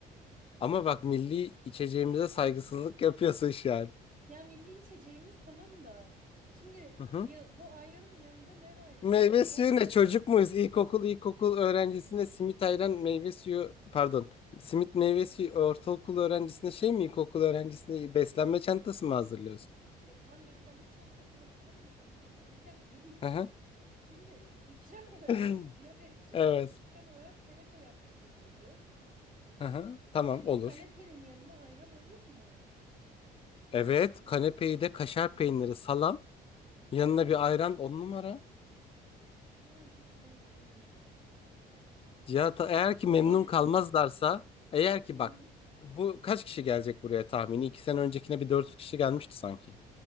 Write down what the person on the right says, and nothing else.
Ya milli içeceğimiz tamam da. Şimdi
ya, bu ayranın yanında ne var yani
kebap
yok.
Ya tam beslenme çantası hazırlamıyorsun da. Bir dakika benim.
<laughs> Şimdi ikram olarak
ne vereceğiz?
Hani ikram olarak kanepe yaptırın dedi.
Şimdi
kanepenin yanına ayran olur mu?
Tamam peki senin dediğin olsun.
Ama
yani.
<laughs>
Hı.